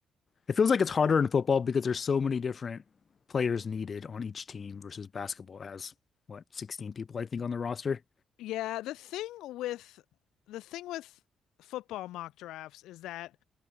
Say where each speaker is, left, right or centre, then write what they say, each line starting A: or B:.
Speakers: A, on the left (about 40°); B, on the left (about 85°).
A: It feels like it's harder in football because there's so many different players needed on each team versus basketball as what, 16 people, I think, on the roster.
B: Yeah, the thing with the thing with football mock drafts is that